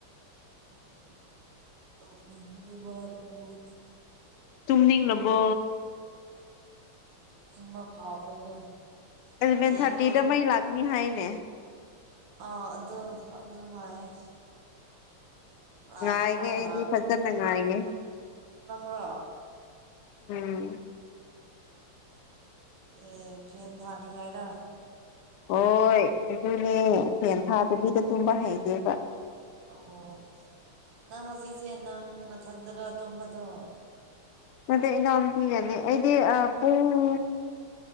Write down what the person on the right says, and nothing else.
<inaudible> ꯅꯣꯛꯅꯤꯡꯕꯅꯤꯕ ꯃꯉꯣꯟꯗ
ꯇꯨꯝꯅꯤꯡꯕ ꯐꯥꯎꯈ꯭ꯔꯦꯅꯦ
ꯍꯌꯦꯡ
ꯂꯧ
ꯑ ꯑꯗꯣ ꯑꯗꯨꯝ ꯍꯥꯏꯌꯦ ꯂꯥꯛꯇ꯭ꯔꯥ
ꯂꯥꯛ
ꯅꯪꯔꯣ
ꯑꯦ ꯐꯦꯟ ꯊꯥꯅꯤꯉꯥꯏꯔ
ꯑꯣ ꯅꯪ ꯍꯧꯖꯤꯛꯁꯦ ꯅꯪ ꯝꯊꯟꯗꯔ ꯇꯨꯝꯕꯗꯣ